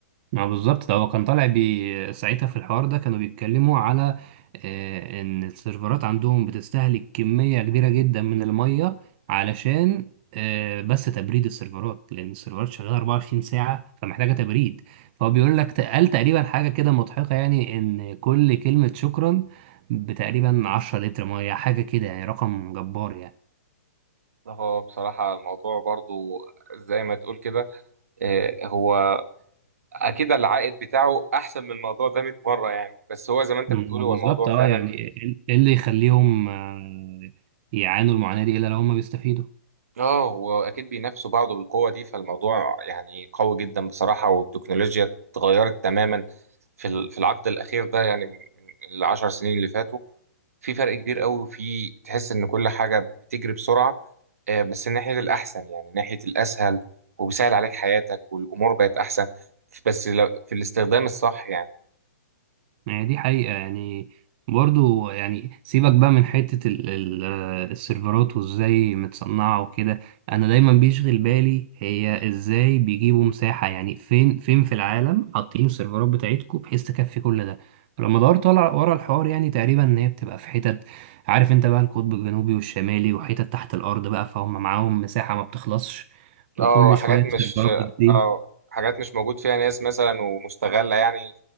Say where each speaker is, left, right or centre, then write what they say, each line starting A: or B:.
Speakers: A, on the right; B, on the right.
A: ما بالظبط ده هو كان طالع بي ساعتها في الحوار ده كانوا بيتكلموا على آه، ان السيرفرات عندهم بتستهلك كمية كبيرة جدا من المية علشان آه، بس تبريد السيرفرات لان السيرفرات شغالة 24 ساعة فمحتاجة تبريد فهو بيقول لك ت- قال تقريبا حاجة كده مضحكة يعني ان كل كلمة شكرا بتقريبا 10 لتر مية حاجة كده يعني رقم جبار يعني
B: هو بصراحة الموضوع برضو زي ما تقول كده آه، هو أكيد العائد بتاعه أحسن من الموضوع ده 100 مرة يعني بس هو زي ما أنت
A: ما
B: بتقول هو
A: بالظبط
B: الموضوع
A: اه
B: فعلا
A: يعني ايه إيه اللي يخليهم آه، يعانوا المعاناة دي الا لو هم بيستفيدوا
B: اه واكيد بينافسوا بعض بالقوه دي فالموضوع يعني قوي جدا بصراحه والتكنولوجيا اتغيرت تماما في ال- في العقد الاخير ده يعني من من العشر سنين اللي فاتوا في فرق كبير قوي في تحس ان كل حاجه بتجري بسرعه آه، بس ناحيه الاحسن يعني ناحيه الاسهل وبيسهل عليك حياتك والامور بقت احسن بس لو- في الاستخدام الصح يعني
A: يعني دي حقيقة يعني برضو يعني سيبك بقى من حتة ال- ال- آه، السيرفرات وازاي متصنعة وكده انا دايما بيشغل بالي هي ازاي بيجيبوا مساحة يعني فين فين في العالم حاطين السيرفرات بتاعتكم بحيث تكفي كل ده فلما دورت ورا ورا الحوار يعني تقريبا ان هي بتبقى في حتت عارف انت بقى القطب الجنوبي والشمالي وحتت تحت الارض بقى فهم معاهم مساحة ما بتخلصش وكل
B: اه حاجات
A: شوية السيرفرات
B: مش
A: بتزيد
B: اه حاجات مش موجود فيها ناس مثلا ومستغله يعني